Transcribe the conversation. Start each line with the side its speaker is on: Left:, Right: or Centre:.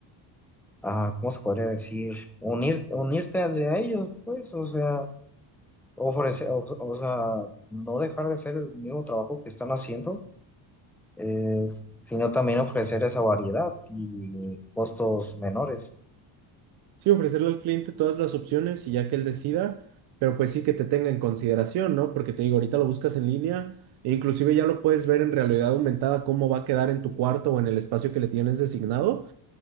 Centre: ah, ¿cómo se podría decir? Unir, unirte al- a, ellos, pues, o sea, ofrecer, o, o sea, no dejar de hacer el mismo trabajo que están haciendo, eh, sino también ofrecer esa variedad y costos menores.
Right: sí, ofrecerle al cliente todas las opciones y ya que él decida, pero pues sí que te tenga en consideración, ¿no? Porque te digo, ahorita lo buscas en línea e inclusive ya lo puedes ver en realidad aumentada cómo va a quedar en tu cuarto o en el espacio que le tienes designado.